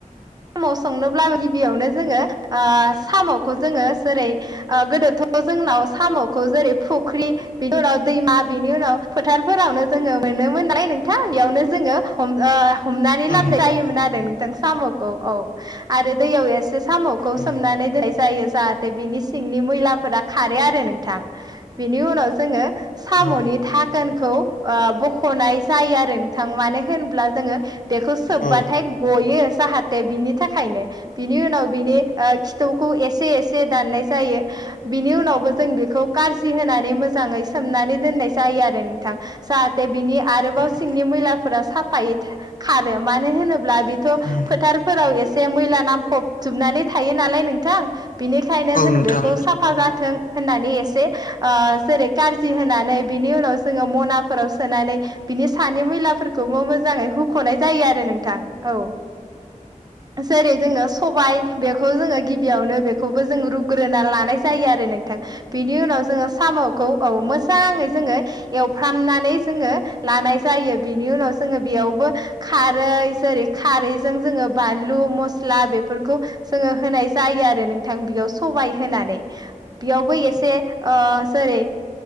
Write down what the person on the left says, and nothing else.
औ नोंथां
औ
औ
औ
औ
नोंथां औ नोंथां औ
नोंथां औ
औ
नोंथां